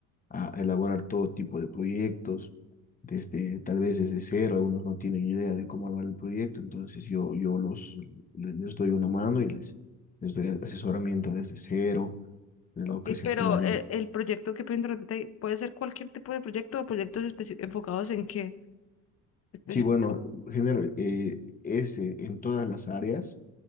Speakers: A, on the left; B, on the left.
A: a elaborar todo tipo de proyectos, desde, tal vez desde cero, algunos no tienen idea de cómo armar el proyecto, entonces yo, yo los, les doy una mano y les, les doy asesoramiento desde cero, de lo
B: Ok,
A: que es
B: pero
A: el tema de...
B: eh, el, proyecto que puede interrumpirte ahí, puede ser cualquier tipo de proyecto o proyectos especi- enfocados en qué? Especi-
A: Sí, bueno, general eh, es eh, en todas las áreas,